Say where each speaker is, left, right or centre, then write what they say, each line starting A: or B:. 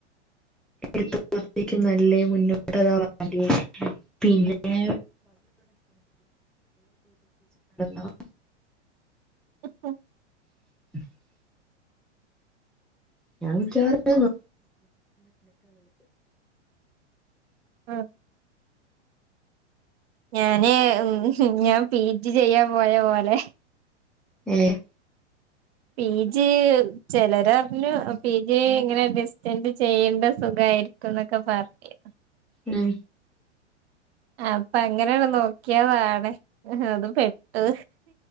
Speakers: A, in the centre; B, on the right.
A: എത്തത്തേക്കും നല്ല മുന്നോട്ട് വണ്ട പിന്നെ <unintelligible>
B: ങ ങ്
A: <unintelligible> ഞാൻ വിളിക്കാറക്കുള്ള
B: ആ ഞാന് ഉം ഞാൻ പി ജി ചെയ്യാൻ പോയ പോലെ.
A: ഏഹ്
B: പി ജി ചിലരറിഞ്ഞു. പി ജി ഇങ്ങനെ ഡിസ്റ്റന്റ ചെയ്യേണ്ട സുഖയിരി <unintelligible> പറഞ്ഞ്.
A: ഉം
B: അപ്പ അങ്ങനെ നോക്കിയ പാടെ അത് പെട്ടു.